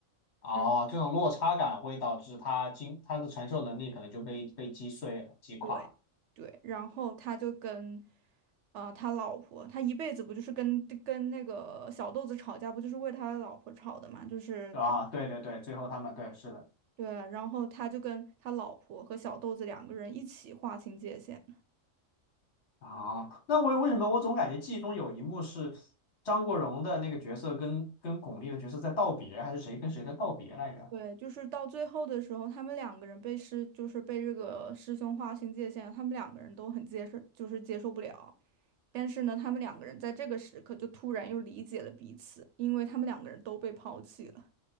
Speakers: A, on the left; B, on the right.
A: 哦，
B: 然后
A: 这种落差感会导致他经他的承受能力可能就被被击碎了、击垮了，
B: 对对，然后他就跟，啊、他老婆，他一辈子不就是跟跟那个小豆子吵架，不就是为他老婆吵的嘛，就是他
A: 对吧？啊对对对，最后他们对是的。
B: 对，然后他就跟他老婆和小豆子两个人一起划清界限，
A: 啊，那我为什么我总感觉记忆中有一幕是张国荣的那个角色跟跟巩俐的角色在道别，还是谁跟谁在道别来着？
B: 对，就是到最后的时候，他们两个人被师，就是被这个师兄划清界限，他们两个人都很接受，就是接受不了。但是呢，他们两个人在这个时刻就突然又理解了彼此，因为他们两个人都被抛弃了。